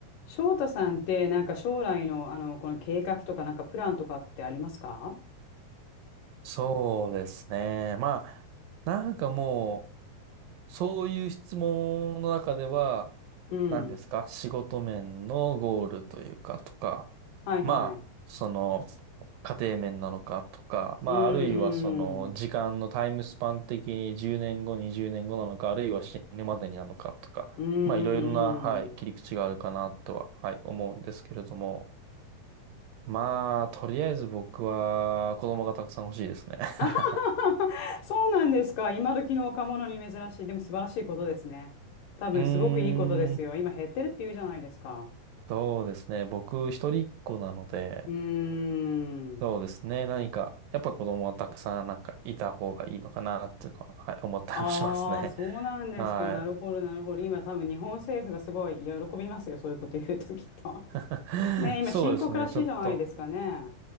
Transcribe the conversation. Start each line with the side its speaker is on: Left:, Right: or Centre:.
Left: 翔太さんって、なんか将来の、あの、この計画とか、なんかプランとかってありますか
Right: そうですね。まあ、なんかもう、そういう質問の中では、
Left: うん。
Right: 何ですか仕事面のゴールというか、とか、
Left: はいはい。
Right: まあ、その、家庭面なのかとか、まあ、
Left: うんうん。
Right: あるいはその、時間のタイムスパン的に10年後、20年後なのか、あるいは死ぬまでになのかとか、
Left: うんう
Right: まあ、いろいろな、はい、
Left: んうん。
Right: 切り口があるかなとは、はい、思うんですけれども、まあ、とりあえず僕は、子供がたくさん欲しいですね。<laughs>
Left: あはははは <laughs> そうなんですか。今時の若者に珍しい。でも素晴らしいことですね。多分すごくいいことですよ。
Right: うーん、
Left: 今減ってるって言うじゃないですか。
Right: そうですね。僕、一人っ子なので、
Left: うーん。
Right: そうですね。何か、やっぱ子供はたくさんなんかいた方がいいのかなっていうのは、はい、思ったりもしますね。
Left: ああ、そうなんですか。
Right: <laughs> はい。
Left: なるほど、なるほど。今多分日本政府がすごい喜びますよ。そういうこと言うときっと。
Right: <laughs>
Left: ねえ、今深刻らしいじゃないですかね。
Right: そうですね。ちょっと。